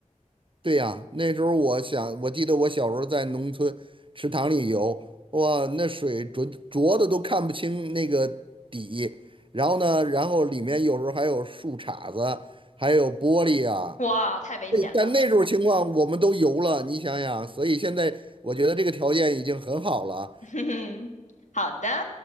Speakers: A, on the right; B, on the left.
A: 对呀，那时候我想，我记得我小时候在农村池塘里游，哇，那水浊浊的都看不清那个底，然后呢，然后里面有时候还有树杈子，还有玻璃啊。
B: 哇，太危险了。
A: 那但那时候情况我们都游了，
B: <laughs>
A: 你想想，所以现在我觉得这个条件已经很好了。
B: 嗯，好的，